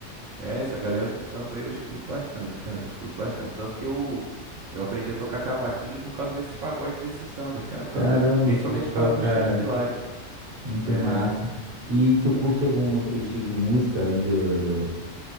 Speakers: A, on the right; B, on the right.
A: É, essa galera do samba eu escuto bastante, cara. eu Escuto bastante. Tanto que eu, eu aprendi a tocar cavaquinho por causa desses pagodes, desses sambas, cara. Por
B: Caramba,
A: causa do, principalmente
B: que legal,
A: por causa do
B: cara.
A: Xande de Pilares.
B: Muito
A: É,
B: massa. E tu curte
A: apre-
B: algum outro estilo de música além do, do